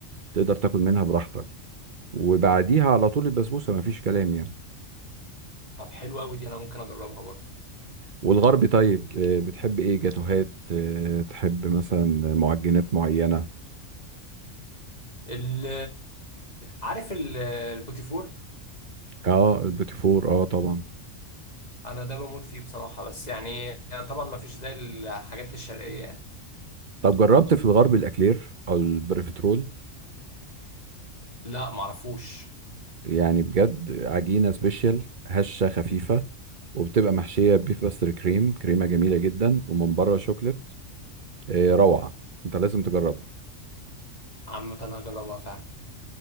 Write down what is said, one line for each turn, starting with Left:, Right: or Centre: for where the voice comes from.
Right: تقدر تاكل منها براحتك وبعديها على طول البسبوسه ما فيش كلام يعني
Left: طب حلو أوي دي أنا ممكن أجربها برضه
Right: والغربي طيب آه، بتحب ايه جاتوهات آه، تحب مثلا معجنات معينه
Left: ال عارف ال- البوتيفور
Right: اه البيتي فور اه طبعا
Left: أنا ده بموت فيه بصراحة بس يعني طبعا ما فيش زي الحاجات الشرقية يعني
Right: طب جربت في الغرب الاكلير او البريفترول
Left: لا معرفوش
Right: يعني بجد عجينة سبيشال هشة خفيفة وبتبقى محشية بيف باستر كريم كريمة جميلة جدا ومن بره شوكليت آه، روعة انت لازم تجربها
Left: عامة هجربها فعلا